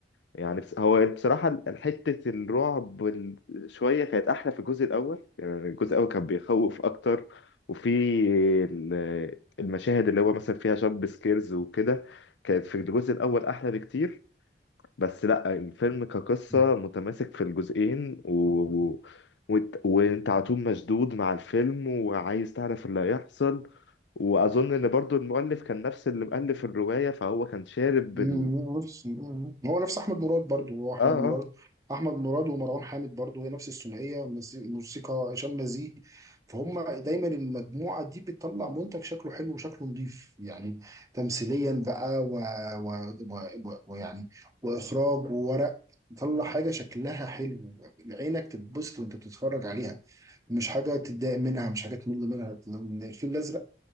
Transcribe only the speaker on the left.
يعني بس هو بصراحة حتة الرعب وال- شوية كانت أحلى في الجزء الأول يعني الجزء الأول كان بيخوف أكتر وفي ال- المشاهد اللي هو مثلا فيها جامب سكيرز وكده كانت في الجزء الأول أحلى بكتير بس لأ الفيلم كقصة
متماسك في الجزئين و... و... وت- وأنت على طول مشدود مع الفيلم وعايز تعرف اللي هيحصل وأظن إن برضو المؤلف كان نفس اللي مؤلف الرواية فهو كان شارب
بال...
آه آه